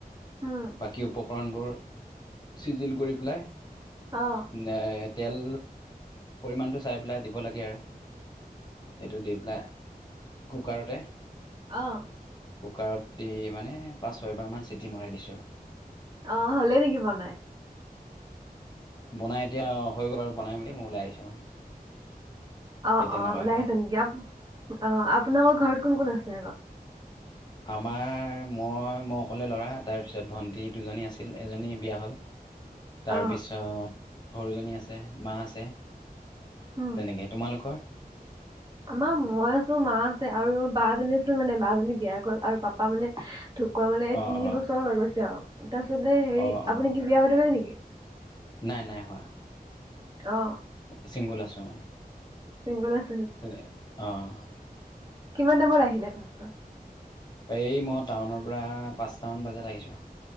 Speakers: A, on the right; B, on the left.
A: হম
B: বাকী উপকৰণবোৰ চিজিল কৰি পেলাই
A: অ
B: নে তেল পৰিমাণটো চাই পেলাই দিব লাগে আৰু। এইটো দি পেলাই কুকাৰতে
A: আহ।
B: কুকাৰত দি মানে পাঁচ-ছয়বাৰমান চিটি মৰাই দিছোঁ আও
A: অ, হলেই নেকি বনাই?
B: বনাই এতিয়া হৈ গ'ল আৰু বনাই মেলি মই ওলাই আহিছো মানে।
A: অ,
B: এই তেনেকুৱাকে।
A: অ ওলাই আছে নেকি? আ অ আপোনাৰৰ ঘৰত কোন কোন আছে আকৌ?
B: আমাৰ মই মই অকলে ল'ৰা, তাৰপিছত ভন্টি দুজনী আছিল এজনী বিয়া হ'ল। তাৰপিছত
A: অ
B: সৰু জনী আছে, মা আছে।
A: উম
B: তেনেকে তোমালোকৰ?
A: আমাৰ মই আছো, মা আছে, আৰু বা জনী আছিল মানে বা জনী বিয়া গ'ল আৰু পাপা মানে ঢুকুৱা মানে এই
B: অঁ
A: তিনি
B: অঁ
A: বছৰ হৈ গৈছে আৰু তাৰপিছতে হেৰি
B: অঁ অঁ
A: আপুনি কি বিয়া পাতি ব নেকি?
B: নাই নাই হোৱা।
A: অ
B: চিংগুল আছো মানে।
A: চিংগোল আছ
B: তেনে, আহঁ
A: কিমান টাইম ত আহিলে তাৰ পৰা?
B: এই মই টাউনৰ পৰা পাঁচটা মান বজাত আহিছো।